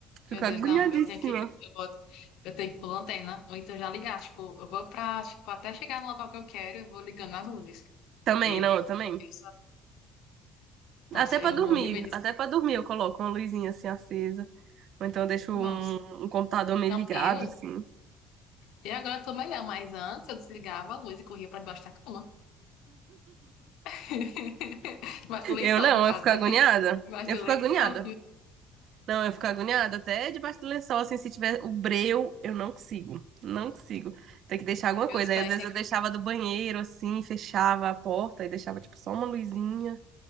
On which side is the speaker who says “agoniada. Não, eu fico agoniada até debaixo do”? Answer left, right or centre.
Right